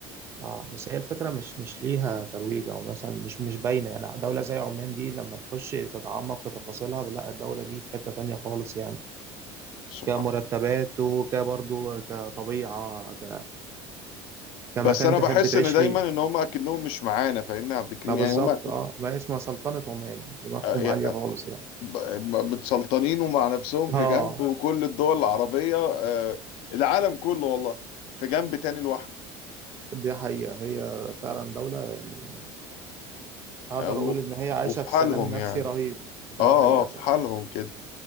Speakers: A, on the right; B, on the left.
A: اه بس هي الفكرة مش مش ليها ترويج او مثلا مش مش باينة يعني دولة زي عمان دي لما تخش تتعمق في تفاصيلها لا الدولة دي في حتة تانية خالص يعني
B: سبحان
A: كمرتبات وكبرضو كطبيعة ك... كمكان
B: بس انا
A: تحب
B: بحس
A: تعيش
B: ان دايما
A: فيه
B: ان هم اكنهم مش معانا فاهمني يا عبد الكريم
A: لا بالظبط
B: يعني هم آه،
A: اه ما هي اسمها سلطنة عمان دماغهم
B: آه،
A: عالية خالص يعني
B: ب- متسلطنين ومع نفسهم
A: اه
B: في جنب وكل الدول العربية آه، العالم كله والله في جنب تاني لوحده
A: دي حقيقة هي فعلا دولة يعني اقدر
B: آه، و-
A: اقول ان هي عايشة
B: وفي
A: في
B: حالهم
A: سلام نفسي
B: يعني
A: رهيب ده
B: اه
A: حقيقة
B: اه في
A: فعلا
B: حالهم كده